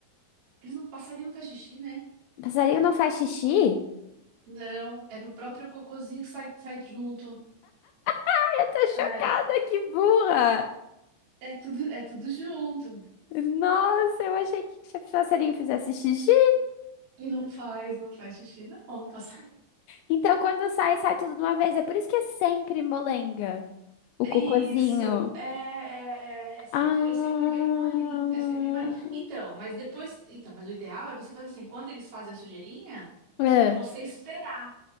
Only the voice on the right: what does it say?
Eles não, passarinho não faz xixi, né?
Não, é no próprio cocôzinho que sai, sai junto.
é
É tudo, é tudo junto.
Não faz, não faz xixi, não. Faz... <laughs>
Isso, é, é, é, é sempre,
é sempre bem malinho, é sempre bem malinho. Então, mas depois, então, mas o ideal é você fazer assim, quando eles fazem a sujeirinha,
é você esperar.